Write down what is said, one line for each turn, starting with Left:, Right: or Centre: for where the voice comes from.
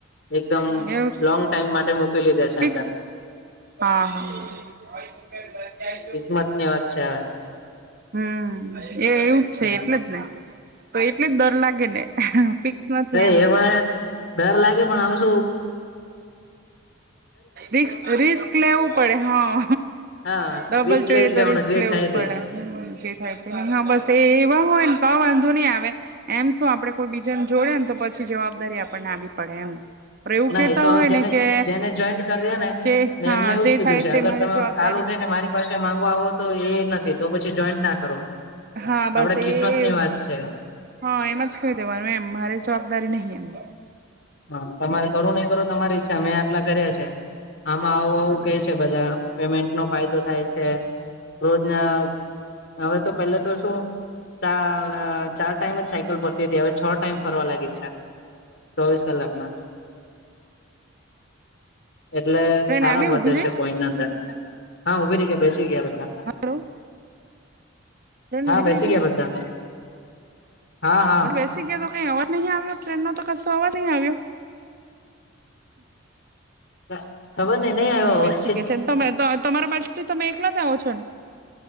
Left: એકદમ
Right: એવું
Left: લોંગ ટાઈમ માટે મૂકી દીધા છે
Right: ફિક્સ
Left: અંદર.
Right: હા હા હા <inaudible>
Left: કિસ્મતની વાત છે હવે
Right: હમ એ એવું જ છે,
Left: હમ
Right: એટલે જ ને તો એટલે જ ડર લાગે ને નથી
Left: હ
Right: એમ એનું
Left: એમાં ડર લાગે પણ આમ શ
Right: રિસ્ક રિસ્ક લેવું પડે હા
Left: હા
Right: ડબલ
Left: રિક્સ
Right: જોઈએ
Left: લઈ
Right: તો
Left: લેવાનું
Right: રિસ્ક
Left: જે
Right: લેવું
Left: થાય
Right: પડે
Left: તે
Right: જે થાય તે હા બસ એ એવા હોય ને તો આ વાંધો નહી આવે એમ શું આપણે કોઈ બીજાને જોઈએ ને તો પછી જવાબદારી આપણને આવી પડે એમ પણ એવું
Left: ના
Right: કેતા
Left: એ તો હવે
Right: હોય
Left: જેને
Right: ને કે
Left: જેને જોઈન્ટ કર્યા ને
Right: જે
Left: મેં
Right: હા
Left: એમને એવું
Right: જે
Left: જ કીધું
Right: થાય
Left: છે
Right: તે
Left: અગર
Right: મારી
Left: તમે
Right: જવાબદારી
Left: કાલ ઉઠીને મારી પછે માંગવા આવો તો એ નથી તો પછી જોઈન ના કરો.
Right: હા બસ
Left: આપડે
Right: એ
Left: કિસ્મત
Right: એવું
Left: ની વાત
Right: જ
Left: છે
Right: હહ એમ જ કઈ દેવાનું એમ મારે જવાબદારી નહીં એમાં.
Left: હહ તમારે કરવું નહીં કરવું તમારી ઈચ્છા મેં આટલા કર્યા છે. આમાં આવું આવું કે છે બધા પેમેન્ટનો ફાયદો થાય છે. રોજના હવે તો પહેલે તો શું ચાણ ચાર ટાઈમ જ સાયકલ ફરતી હતી હવે છ ટાઈમ ફરવા લાગી છા ચોવીસ કલાકમાં. એટલે
Right: ટ્રેન
Left: સારા
Right: આવી
Left: વધે
Right: ઉભી રહી
Left: છે કોઈન અંદર હા ઉભી રહી ગયા બેસી ગયાતા. કા
Right: હલો ટ્રેન
Left: હા
Right: ઉભી રહી
Left: બેસી
Right: ગઈ
Left: ગયા બધાં. હા હા.
Right: અરે બેસી ગયા તો કઈ અવાજ નહી આવ્યો. ટ્રેનનો તો કશો અવાજ નહીં આવ્યો.
Left: <inaudible> નઈ
Right: અચ્છા
Left: નહી
Right: ટ્રેનમાં
Left: આવ્યો અવાજ
Right: બેસી ગયા છે ને તમે તો તમારા બાજુથી તમે એકલા જ આવો છો ને?